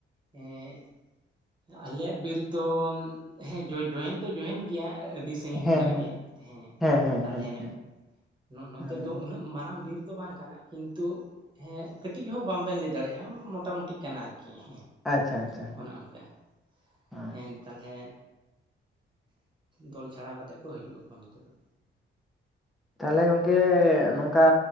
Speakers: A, on the right; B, in the centre.
A: ᱦᱮᱸ ᱟᱞᱮᱭᱟᱜ ᱵᱤᱨ ᱫᱚ ᱦᱮᱸ ᱡᱚᱭ ᱡᱚᱭᱮᱱ ᱫᱚ ᱡᱚᱭᱮᱱ ᱜᱮᱭᱟ ᱟᱹᱰᱤ ᱥᱟᱺᱜᱤᱧ
B: ᱦᱮᱸ
A: ᱠᱷᱚᱱᱟᱜ
B: ᱦᱮᱸ
A: ᱜᱮ ᱦᱮᱸ
B: ᱦᱮᱸ
A: ᱛᱟᱞᱦᱮ᱾
B: ᱦᱮᱸ ᱦᱮᱸ
A: ᱱᱚ ᱱᱚᱛᱮ
B: ᱦᱮᱸ
A: ᱫᱚ ᱩᱱᱟᱹᱜ ᱢᱟᱨᱟᱝ ᱵᱤᱨ ᱫᱚ ᱵᱟᱝ ᱠᱟᱱᱟ ᱠᱤᱱᱛᱩ ᱦᱮᱸ ᱠᱟᱹᱴᱤᱡ ᱦᱚᱸ ᱵᱟᱝ ᱵᱮᱱ ᱞᱟᱹᱭ ᱫᱟᱲᱮᱭᱟᱜ-ᱟ ᱢᱚᱴᱟᱼᱢᱩᱴᱤ ᱠᱟᱱᱟ ᱟᱨᱠᱤ ᱦᱮᱸ᱾
B: ᱟᱪᱪᱷᱟ ᱟᱪᱪᱷᱟ
A: ᱚᱱᱮ ᱚᱝᱠᱟᱸ
B: ᱚ
A: ᱦᱮᱸ ᱛᱟᱞᱦᱮ ᱫᱚᱞ ᱪᱷᱟᱲᱟᱣ ᱠᱟᱛᱮᱫ ᱠᱚ ᱦᱤᱡᱩᱜ ᱟᱠᱚ ᱱᱚᱛᱮ ᱫᱚ᱾
B: ᱛᱟᱦᱞᱮ ᱜᱚᱝᱠᱮ ᱱᱚᱝᱠᱟ